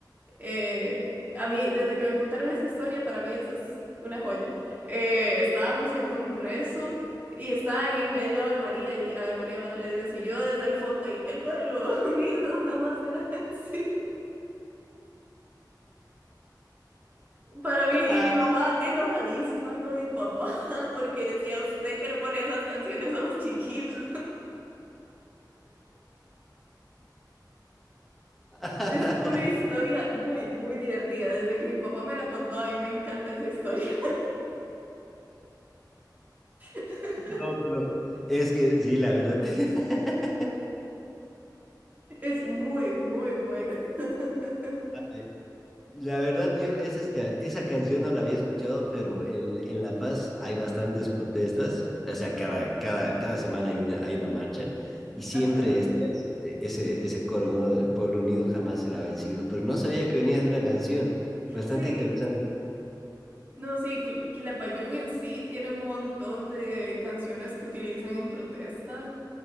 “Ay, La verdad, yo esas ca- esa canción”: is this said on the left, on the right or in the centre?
Centre